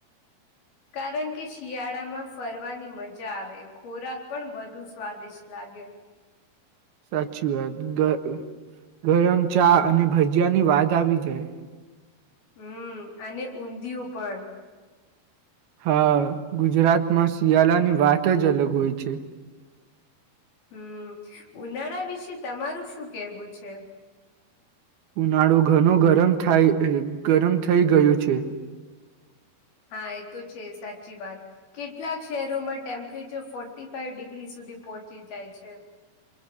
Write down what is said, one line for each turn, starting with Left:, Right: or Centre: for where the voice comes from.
Left: કારણ કે શિયાળામાં ફરવાની મજા આવે ખોરાક પણ વધુ સ્વાદિષ્ટ લાગે
Right: સાચી વાત ગ ગરમ ચા અને ભજીયા ની વાત આવી જાય
Left: હમ અને ઊંધિયું પણ
Right: હા ગુજરાતમાં શિયાલાની વાત જ અલગ હોય છે
Left: હમ ઉનાળા વિશે તમારું શું કેહેવું છે
Right: ઉનાળુ ઘનુ ગરમ થાઈ થઈ ગયું છે
Left: હા એ તો છે સાચી વાત કેટલાક શહેરોમાં ટેમ્પરેચર ફોર્ટી ફાઈવ ડિગ્રી સુધી પહોંચી જાય છે